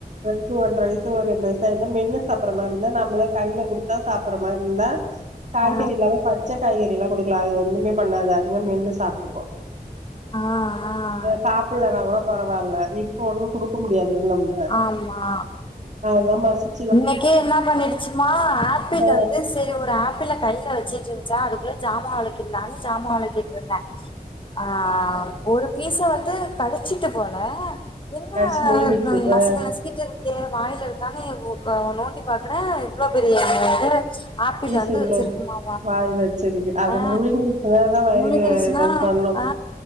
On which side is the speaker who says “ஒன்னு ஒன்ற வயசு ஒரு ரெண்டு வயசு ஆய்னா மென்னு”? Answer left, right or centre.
Right